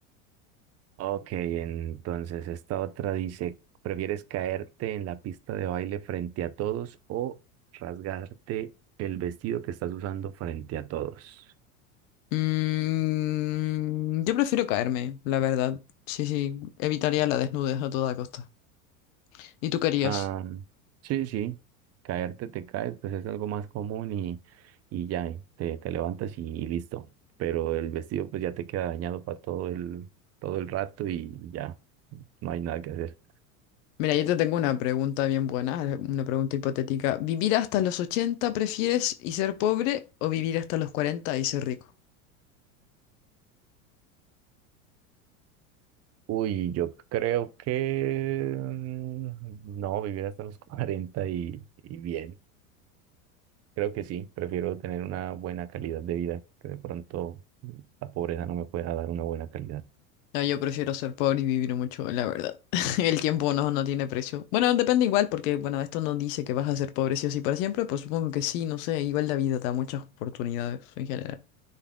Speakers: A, on the right; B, on the left.
A: Ok, entonces esta otra dice, ¿prefieres caerte en la pista de baile frente a todos o rasgarte el vestido que estás usando frente a todos?
B: Mm, yo prefiero caerme, la verdad. Sí, sí, evitaría la desnudez a toda costa. ¿Y tú querías?
A: Ah, sí, sí, caerte te caes, pues es algo más común y, y ya, y te, te levantas y, y listo. Pero el vestido pues ya te queda dañado para todo el, todo el rato y ya, no hay nada que hacer.
B: Mira, yo te tengo una pregunta bien buena, eh, una pregunta hipotética. ¿Vivir hasta los 80 prefieres y ser pobre o vivir hasta los 40 y ser rico?
A: Uy, yo creo que mm, no, vivir hasta los <laughs> 40 y, y bien. Creo que sí, prefiero tener una buena calidad de vida, que de pronto la pobreza no me pueda dar una buena calidad.
B: No, yo prefiero ser pobre y vivir mucho, la verdad. <laughs> El tiempo no, no tiene precio. Bueno, depende igual, porque bueno, esto no dice que vas a ser pobre sí o sí para siempre, pues supongo que sí, no sé, igual la vida da muchas oportunidades en general.